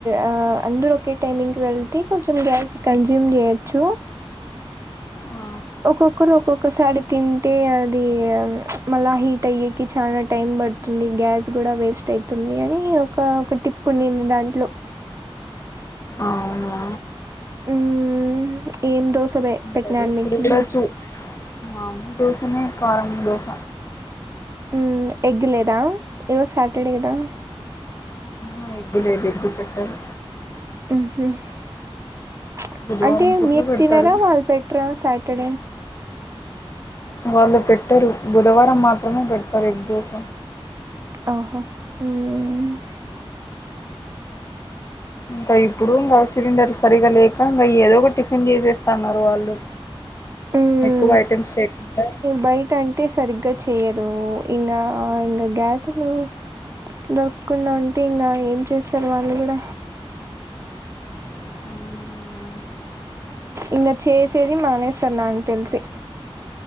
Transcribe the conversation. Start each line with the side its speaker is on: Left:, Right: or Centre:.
Right: ఆ అందరు ఒకే టైమింగ్ కు వెళ్తే కొంచెం కల్సి కంజుమ్ చేయొచ్చు
Left: ఆ,
Right: ఒక్కొక్కరు ఒక్కొక్కసారి తింటే అది ప్చ్ మళ్ళా హీట్ అయ్యేకి చాన టైమ్ బడుతుంది గ్యాస్ గూడా వేస్ట్ అయితుంది అని ఒక ఒక టిప్పు ఉండింది దాంట్లో. అ
Left: అవునా
Right: హ్ముఁ ఏం దోశెదే పెట్ట్నాను
Left: సరే ఇప్పుడు
Right: మీకి
Left: కూడా చూ మామూలు దోశనే కారం దోశ
Right: మ్ఁ ఎగ్ లేదా ఈరోజు సాటర్డే కదా!
Left: ఆ ఎగ్ లేదు ఎగ్ పెట్టరు
Right: మ్మ్ హు ప్చ్
Left: బుధవారం
Right: అంటే
Left: పూట్ల
Right: మీరు
Left: పెడతారు
Right: తినరా, వాళ్ళు పెట్రా సాటర్డే?
Left: వాళ్ళు పెట్టరు బుధవారం మాత్రమే పెడుతారు ఎగ్ దోస.
Right: ఓ హో హ్మూ
Left: ఇంకా ఇప్పుడు గా సిలిండర్ సరిగ్గా లేక ఇంగ ఏదో ఒక టిఫిన్ చేసేస్తున్నారు వాళ్ళు.
Right: మ్మ్ఁ
Left: ఎక్కువ ఐటమ్స్ చెయకుండా
Right: బయట అంటే సరిగ్గా చేయ్యరూ ఇంగా ఇంఖ గ్యాసులు దొరక్కకుండా ఉంటే ఇంగా ఏం చేస్తరు వాళ్ళు గూడ
Left: <inaudible>
Right: ఇంగ చేసేది మానేస్తున్న తెల్సి